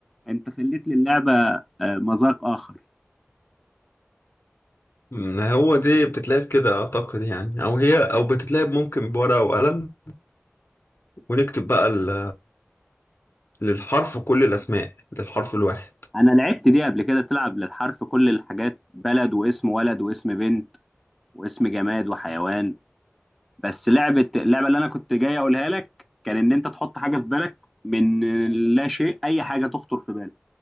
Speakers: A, in the centre; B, on the left (about 60°).
A: انت خليت للعبه آه، مذاق اخر
B: ما هو دي بتتلعب كده اعتقد يعني او هي او بتتلعب ممكن بورقة وقلم ونكتب بقى ال- للحرف كل الاسماء للحرف الواحد
A: انا لعبت دي قبل كده تلعب للحرف كل الحاجات بلد واسم ولد واسم بنت واسم جماد وحيوان بس لعبه اللعبه اللي انا كنت جاي اقولها لك كان ان انت تحط حاجه في بالك من لا شيء اي حاجه تخطر في بالك